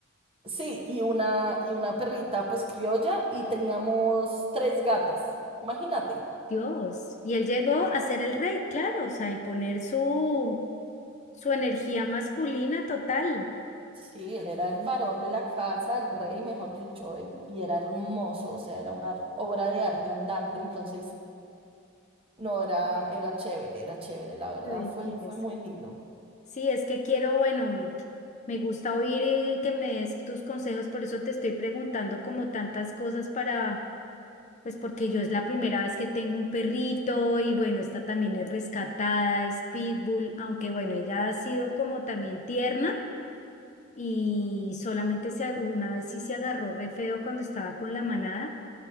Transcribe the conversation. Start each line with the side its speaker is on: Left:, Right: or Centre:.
Right: sí, y una, y una perrita pues criolla, y teníamos tres gatas. Imagínate.
Left: Dios. Y él llegó a ser el rey, claro, o sea, a imponer su, su energía masculina total.
Right: Sí, él era el varón de la casa, el rey, mejor dicho, y, y era hermoso, o sea, era una obra de arte andante, entonces... No, era, era chévere, era chévere, la verdad,
Left: Qué belleza.
Right: fue, fue muy lindo.
Left: Sí, es que quiero, bueno, mm, me gusta oír eh, que me des tus consejos, por eso te estoy preguntando como tantas cosas para, pues porque yo es la primera vez que tengo un perrito y bueno, esta también es rescatada, es pitbull, aunque bueno, ella ha sido como también tierna. y solamente se, ag- una vez sí se agarró re feo cuando estaba con la manada.